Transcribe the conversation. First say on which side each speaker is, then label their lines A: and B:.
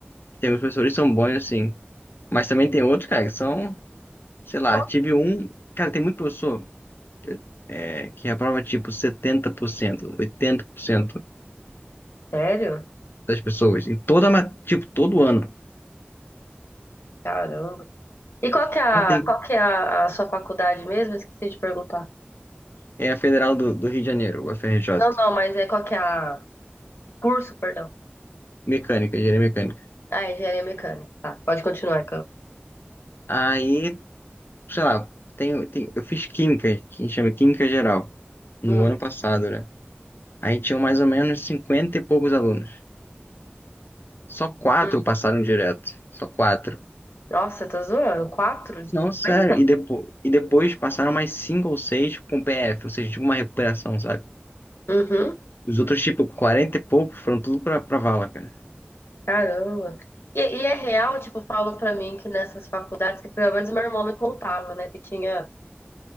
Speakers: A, on the left; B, on the left.
A: tem uns professores que são bons assim, mas também tem outros, cara, que são, sei lá,
B: Qual-
A: tive um, cara, tem muito professor é, que reprova, tipo, setenta por cento oitenta por cento
B: Sério?
A: das pessoas, em toda, ma- tipo, todo ano.
B: Caramba. E qual que é a,
A: Ah, tem,
B: qual que é a, a sua faculdade mesmo? Esqueci de perguntar.
A: é a Federal do, do Rio de Janeiro, o FRJ,
B: Não, não, mas é qual que é a... o curso, perdão.
A: mecânica, engenharia mecânica.
B: Ah, é engenharia mecânica. Tá, pode continuar, Carol.
A: Aí sei lá, tem, tem, eu fiz química, que a gente chama química geral, no
B: Hum,
A: ano passado, né? Aí tinham mais ou menos 50 e poucos alunos. Só quatro
B: hum.
A: passaram direto. Só quatro.
B: Nossa, tá zoando? Quatro de
A: Não,
B: cinquenta.
A: sério. E, depo e depois passaram mais cinco ou seis com PF, ou seja, tipo uma recuperação, sabe?
B: Uhum,
A: Os outros, tipo, 40 e poucos foram tudo pra, pra vala, cara.
B: caramba. E, e é real, tipo, falam pra mim que nessas faculdades, que pelo menos meu irmão me contava, né, que tinha